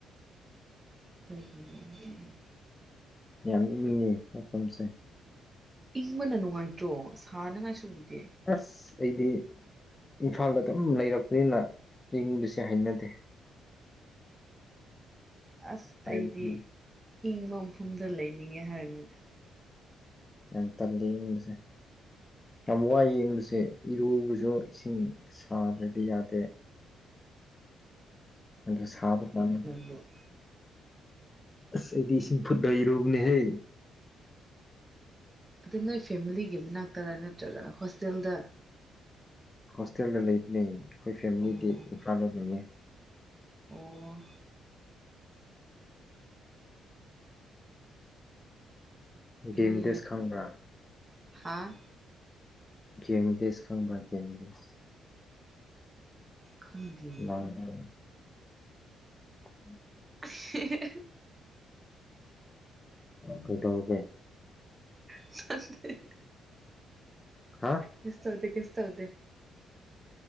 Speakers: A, on the right; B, on the left.
A: ꯀꯩꯒꯤꯅꯣ
B: ꯌꯥꯝ ꯏꯪꯉꯦ ꯃꯐꯝꯁꯦ
A: ꯏꯪꯕꯅ ꯅꯨꯡꯉꯥꯏꯇ꯭ꯔꯣ ꯁꯥꯅꯤꯡꯉꯥꯢ ꯁꯥꯔꯨꯛꯇꯤ
B: ꯑꯁ ꯑꯩꯗꯤ ꯏꯝꯐꯥꯜꯗ ꯑꯗꯨꯝ ꯂꯩꯔꯛꯄꯅꯤꯅ ꯢꯪꯕꯁꯦ ꯍꯩꯅꯗꯦ
A: ꯑꯁ
B: ꯍꯥꯏꯕꯗꯤ
A: ꯑꯩꯗꯤ ꯏꯪꯕ ꯃꯐꯝꯗ ꯂꯩꯅꯤꯡꯉꯦ ꯍꯥꯏꯕꯅꯤꯗ
B: ꯌꯥꯝ ꯇꯜꯂꯤ ꯢꯪꯕꯒꯨꯝꯕꯁꯦ ꯌꯥꯝ ꯋꯥꯏꯌꯦ ꯢꯪꯕꯁꯦ ꯏꯔꯨꯕꯁꯨ ꯏꯁꯤꯡ ꯁꯥꯗ꯭ꯔꯗꯤ ꯌꯥꯗꯦ ꯑꯗꯨ ꯁꯥꯕ ꯄꯥꯝꯃꯦ
A: ꯑ <unintelligible>
B: ꯑꯁ ꯑꯩꯗꯤ ꯏꯁꯤꯡ ꯐꯨꯠꯂ ꯏꯔꯨꯕꯅꯦꯍꯦ
A: ꯑꯗꯨ ꯅꯣꯏ ꯐꯦꯃꯤꯂꯤꯒꯤ ꯃꯅꯥꯛꯇꯔ ꯅꯠꯇ꯭ꯔꯒꯅ ꯍꯣꯁꯇꯦꯜꯗ
B: ꯍꯣꯁꯇꯦꯜꯗ ꯂꯩꯕꯅꯦꯌꯦ ꯑꯩꯈꯣꯏ ꯐꯦꯃꯤꯂꯤꯗꯤ
A: ꯑꯣ
B: ꯏꯝꯐꯥꯜꯗ ꯂꯩꯌꯦ
A: ꯑꯣ
B: ꯒꯦꯝ
A: ꯍꯣꯢꯌꯦ
B: ꯚꯤꯂꯦꯖ ꯈꯪꯕ꯭ꯔꯥ
A: ꯍꯥꯥ
B: ꯒꯦꯝꯕꯤꯂꯦꯁ ꯈꯪꯕ꯭ꯔꯥ ꯒꯦꯝꯕꯤꯂꯦꯁ
A: ꯈꯪꯗꯦ
B: ꯎ <unintelligible> ꯎꯝ
A: ꯑ <unintelligible>
B: ꯀꯩꯗꯧꯒꯦ
A: ꯁꯦ <unintelligible>
B: ꯍꯥ
A: ꯀꯤꯁ ꯇꯧꯗꯦ ꯀꯤꯁ ꯇꯧꯗꯦ